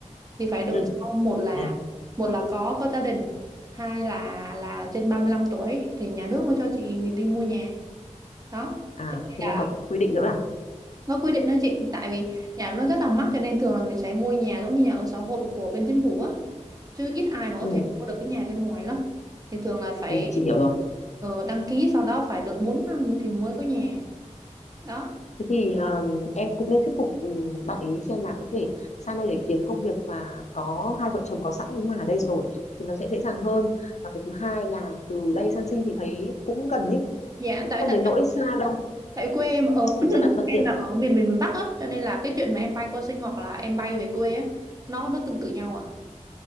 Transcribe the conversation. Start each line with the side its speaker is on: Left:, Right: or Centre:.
Right: thì phải đợi
Left: ừ.
Right: sau một là
Left: Nha.
Right: một là có có gia đình hai là là trên 35 tuổi thì nhà nước mới cho chị đi mua nhà đó
Left: à
Right: cho nên
Left: thế
Right: là
Left: là có, quy định nữa à
Right: nó quy định đó chị tại vì nhà nó rất là mắc cho nên thường là mình sẽ mua nhà giống như nhà ở xã hội của bên chính phủ á chứ ít ai mà có
Left: ừ
Right: thể mua được cái nhà bên ngoài lắm thì thường là phải
Left: ừ chị hiểu rồi
Right: ờ, đăng ký sau đó phải đợi 4 năm thì mới có nhà đó
Left: Thế thì um, em cũng nên thuyết phục um, bạn ý xem là có thể sang đây để kiếm công việc và có hai vợ chồng có sẵn cái nhà ở đây rồi thì nó sẽ dễ dàng hơn. Và cái thứ hai là từ đây sang Sinh thì thấy cũng gần ấy,
Right: dạ
Left: cũng
Right: tại
Left: không
Right: thật
Left: đến nỗi xa đâu,
Right: Tại quê em ở <clears throat>
Left: nó rất là thuận
Right: em
Left: tiện
Right: là ở miền miền miền Bắc á, cho nên là cái chuyện mà em bay qua Sinh hoặc là em bay về quê á, nó nó tương tự nhau à.